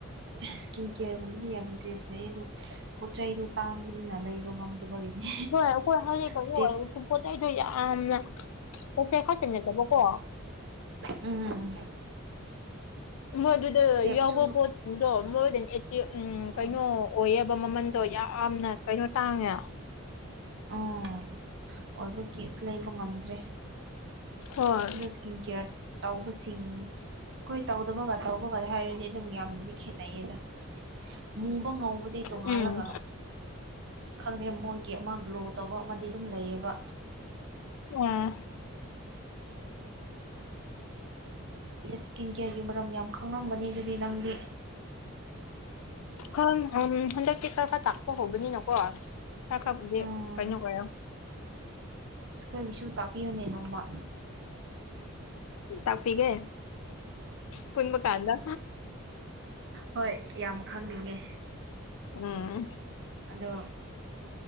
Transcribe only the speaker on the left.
ꯍꯣꯏ ꯑꯩꯈꯣꯏ ꯍꯧꯖꯤꯛ ꯀꯩꯅꯣ
ꯑꯣꯏꯔꯁꯨ ꯄꯣꯠ ꯆꯩꯗꯣ ꯌꯥꯝꯅ ꯄꯣꯛꯆꯩ ꯈꯥꯛꯇ ꯅꯠꯇꯕꯀꯣ
ꯃꯣꯏ ꯑꯗꯨꯗ
ꯌꯥꯎꯕ ꯄꯣꯠꯇꯗꯣ ꯃꯣꯏꯗ ꯑꯦꯛꯇꯤ ꯎꯝ
ꯀꯩꯅꯣ ꯑꯣꯏꯌꯦꯕ ꯃꯃꯟꯗꯣ ꯌꯥꯝꯅ ꯀꯩꯅꯣ ꯇꯥꯡꯉꯦ
ꯍꯣꯏ
ꯎꯝ
ꯎꯝ
ꯍ ꯎ ꯍꯗꯛꯇꯛꯇ ꯀꯔꯔꯕꯄꯥ ꯆꯥꯛꯄꯣ ꯍꯧꯕꯅꯤ ꯅꯀꯣ ꯈ ꯈꯦ
ꯀꯩꯅꯣ ꯀꯔꯤꯅꯣ
ꯇꯥꯛꯄꯤꯒꯦ ꯄꯨꯟ ꯃ ꯀꯥꯟꯅ
ꯑꯥ